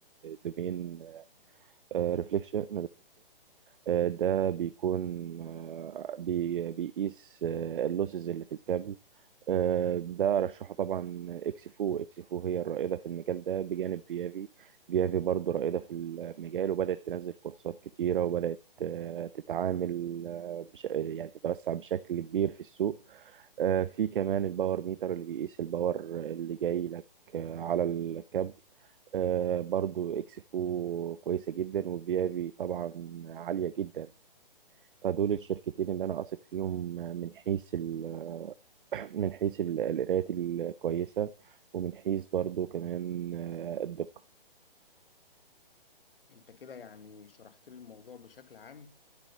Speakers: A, on the right (about 60°); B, on the left (about 70°).
A: دومين ريفليكشن آه، ده بيكون آه، بي- بيقيس آه، اللوسز اللي في الكابل آه، ده رشحه طبعا اكسفو اكسفو هي الرائدة في المجال ده بجانب فيافي فيافي برضو رائدة في المجال وبدأت تنزل كورسات كتيرة وبدأت آه، تتعامل آه، بش... يعني تتوسع بشكل كبير في السوق آه، في كمان الباور ميتر اللي بيقيس الباور اللي جاي لك آه، على الكابل آه، برضو اكسفو كويسة جدا وفيافي طبعا عالية جدا فدول الشركتين اللي انا اثق فيهم آه، من حيث ال- <clears throat> من حيث ال- القرايات الكويسة ومن حيث برضو كمان آه، الدقة
B: انت كده يعني شرحت لي الموضوع بشكل عام